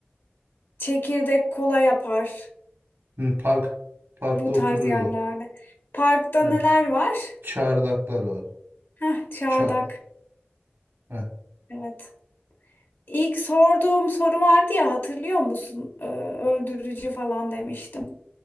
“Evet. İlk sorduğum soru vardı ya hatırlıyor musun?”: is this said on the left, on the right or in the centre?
Left